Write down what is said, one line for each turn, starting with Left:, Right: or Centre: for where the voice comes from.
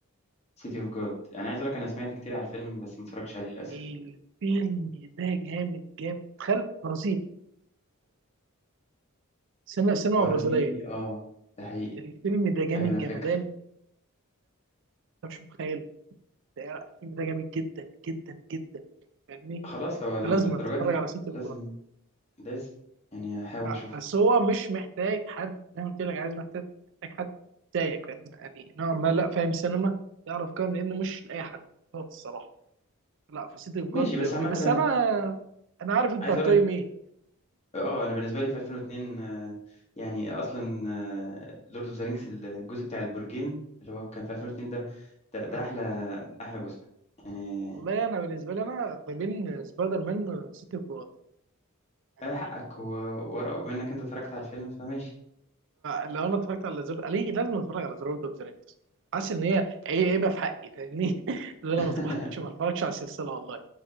Left: سيتي اوف جود انا عايز اقول لك انا سمعت كتير على الفيلم بس ما اتفرجتش عليه للاسف
Right: الفيلم ده جامد جامد تخيل برازيلي سينما سينما
Left: برازيلي
Right: برازيليه
Left: اه ده حقيقي
Right: الفيلم ده جامد
Left: ايوه انا
Right: جمدان
Left: فاكر
Right: انت مش متخيله ده- الفيلم ده جامد جدا جدا جدا فاهمني
Left: خلاص لو لو
Right: لازم
Left: للدرجه
Right: تتفرج
Left: دي لا
Right: على سيتي
Left: لازم
Right: اوف جاد
Left: لازم يعني احاول
Right: لا
Left: اشوفه
Right: بس هو مش محتاج حد زي ما قلت لك عايز محتاج محتاج حد زيك فاهم؟ يعني نوعا ما لا فاهم سينما يعرف كام لانه مش لاي حد خالص الصراحه لا فسيتي اوف
Left: ماشي
Right: جاد
Left: بس
Right: بالنسبة-
Left: عامه
Right: بس
Left: انا
Right: انا
Left: ب...
Right: انا عارف انت
Left: عايز
Right: هتقيم
Left: اقول لك
Right: ايه
Left: اه انا بالنسبه لي في 2002 آه، يعني اصلا لورد اوف ذا رينجز الجزء بتاع البرجين اللي هو كان في 2002 ده ده, ده
Right: آه.
Left: احلى احلى جزء يعني
Right: والله انا بالنسبه لي انا ما بين سبايدر مان وسيتي اوف جاد يعني
Left: آه، حقك و... ورق منك انت اتفرجت على الفيلم فماشي
Right: لو انا اتفرجت على زر ليه لازم اتفرج على زر اوف ذا رينجز حاسس ان هي هي هيبه في حقي فاهمني <laughs> اللي انا
Left: <laughs>
Right: ما اتفرجش ما اتفرجش على السلسله والله